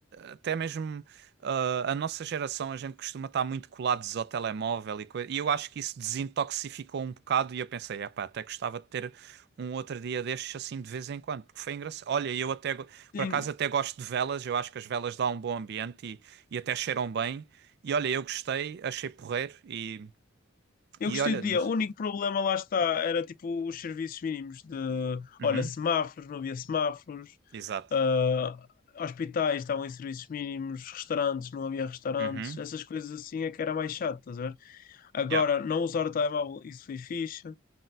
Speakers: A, on the right (about 55°); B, on the left (about 45°).
A: até mesmo ah, a nossa geração, a gente costuma estar muito colados ao telemóvel e coisa, e eu acho que isso desintoxificou um bocado e eu pensei, epá, até gostava de ter um outro dia destes assim de vez em quando, porque foi engraçado. Olha, eu até, go-
B: Sim,
A: por acaso até gosto de velas, eu acho que as velas dão um bom ambiente e, e até cheiram bem, e olha, eu gostei, achei porreiro e,
B: Eu
A: e
B: gostei
A: olha,
B: do
A: não
B: dia.
A: sei.
B: O único problema lá está era tipo os serviços mínimos de,
A: Uhum,
B: olha, semáforos, não havia semáforos,
A: exato.
B: ah, hospitais estavam em serviços mínimos, restaurantes, não havia restaurantes,
A: Uhum,
B: essas coisas assim é que era mais chato, estás a ver? Agora,
A: yeah,
B: não usar o telemóvel, isso foi fixe.